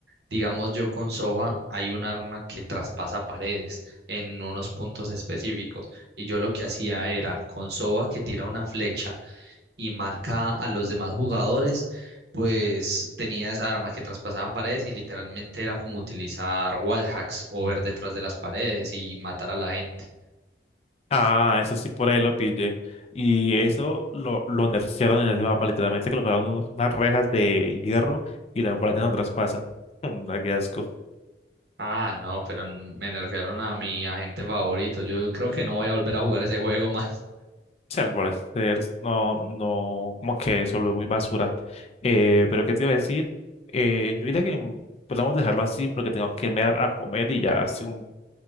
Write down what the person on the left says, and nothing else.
Ah, eso sí, por ahí lo pillé. Y eso lo, lo nerfearon en ese mapa, literalmente colocaron unos- unas rejas de hierro y las paredes no traspasan. <laughs> Da qué asco. O
sea, al parecer, no, no, como que se volvió muy basura. Eh, pero ¿qué te iba a decir? Eh, yo diría que podemos dejarlo así porque tengo que irme a, a comer y ya hace un